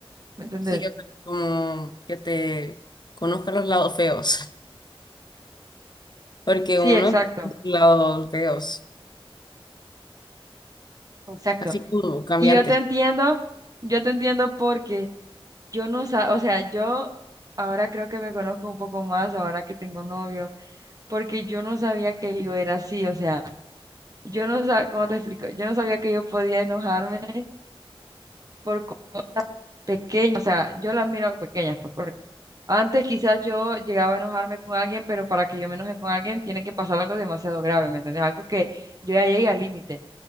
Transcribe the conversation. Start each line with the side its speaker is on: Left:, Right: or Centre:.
Right: ¿me entendés?
Left: Sí, o sea, como que te conozca los lados feos, <laughs> porque
Right: Sí,
Left: uno
Right: exacto,
Left: tiene lados feos,
Right: exacto.
Left: así como cambiantes.
Right: Y yo te entiendo, yo te entiendo porque... Yo no sa- o sea, yo ahora creo que me conozco un poco más ahora que tengo novio, porque yo no sabía que yo era así, o sea, yo no sabía, ¿cómo te explico? Yo no sabía que yo podía enojarme por cosas pequeñas, o sea, yo las miro pequeñas, pues, porque antes quizás yo llegaba a enojarme con alguien, pero para que yo me enoje con alguien tiene que pasar algo demasiado grave, ¿me entiendes? Algo que yo ya llegue al límite